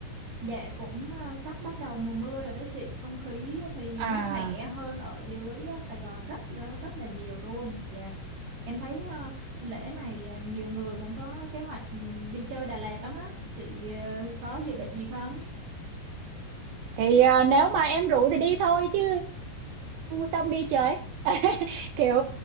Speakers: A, on the right; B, on the right.
A: Dạ cũng à, sắp bắt đầu mùa mưa rồi đó chị, không khí thì
B: À
A: mát mẻ hơn ở dưới à, Sài Gòn rất là rất là nhiều luôn. Dạ. Em thấy à, lễ này à, nhiều người cũng có kế hoạch ừ, đi chơi Đà Lạt lắm á. Chị ờ, có dự định gì không?
B: thì ờ, nếu mà em rủ thì đi thôi chứ xong đi chơi <laughs> kiểu